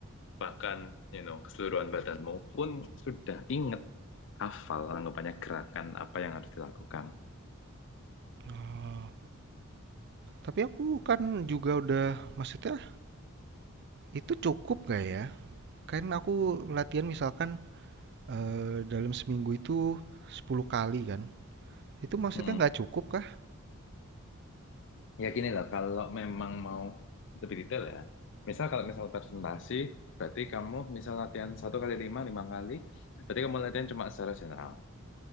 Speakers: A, on the left; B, on the right.
A: bahkan you know keseluruhan badanmu pun sudah inget hafal anggapannya gerakan apa yang harus dilakukan.
B: ah, tapi aku kan juga udah, maksudnya itu cukup gak ya? Kan aku latihan misalkan eh, dalam seminggu itu 10 kali kan. Itu maksudnya
A: Hmm.
B: nggak cukup kah?
A: Ya gini loh, kalau memang mau lebih detail ya. Misal kalau misal presentasi, berarti kamu misal latihan satu kali lima, lima kali, berarti kamu latihan cuma secara general.